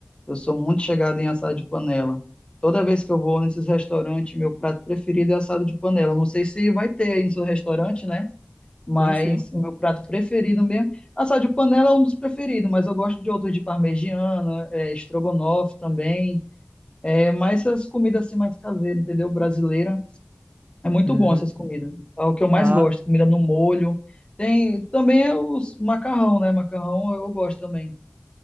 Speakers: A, on the left; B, on the right.
A: Eu sou muito chegado em assado de panela. Toda vez que eu vou nesses restaurantes, meu prato preferido é assado de panela. Não sei se vai ter aí no seu restaurante, né? Mas
B: Sim, sim.
A: o meu prato preferido mesmo. Assado de panela é um dos preferidos, mas eu gosto de outros de parmegiana, é, estrogonofe também. É, mas essas comidas assim mais caseiras, entendeu? Brasileira. É muito
B: Hum.
A: bom essas comidas. É o que eu mais
B: Ah,
A: gosto, comida no molho. Tem também é os macarrão, né? Macarrão eu gosto também.